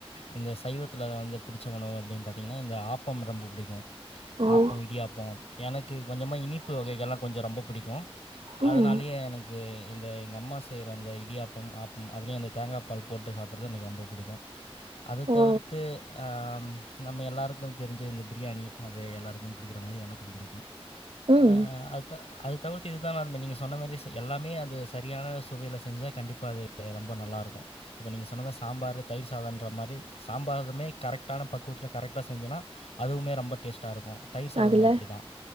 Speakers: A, on the left; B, on the right.
A: இந்த சைவத்தில்ல வந்து பிடிச்ச உணவு அப்படின்னு பார்த்தீங்கன்னா இந்த ஆப்பம் ரொம்ப பிடிக்கும்
B: ஓ
A: ஆப்பம் இடியாப்பம் எனக்கு கொஞ்சமா இனிப்பு வகைகள்லா கொஞ்சம் ரொம்ப பிடிக்கும் அதனாலயே
B: ம்
A: எனக்கு இந்த எங்க அம்மா செய்கிற அந்த இடியாப்பம் ஆப்பம் அதுலேயும் அந்த தேங்காய் பால் போட்டு சாப்பிட்றது எனக்கு ரொம்ப பிடிக்கும் அத
B: ஓ
A: தவிர்த்து ஆ நம்ம எல்லாருக்கும் தெரிஞ்ச இந்த பிரியாணி அது எல்லாருக்கும் பிடிக்கிற மாதிரி எனக்கும் பிடிக்கும்
B: ம்
A: அ அத்த அது தவிர்த்து இதுதான நீங்க சொன்ன மாதிரி எல்லாமே அது சரியான சுவையில செஞ்சா கண்டிப்பா அது ரொம்ப நல்லா இருக்கும் இப்போ நீங்க சொன்னமாரி சாம்பார் தயிர் சாதம்ன்ற மாதிரி சாம்பார்மே கரெக்டான பக்குவத்தில்ல கரெக்டா செஞ்சுனா அதுவுமே ரொம்ப டேஸ்ட்டா இருக்கும் தயிர் சாதமும்
B: அதுல
A: அப்படிதான்.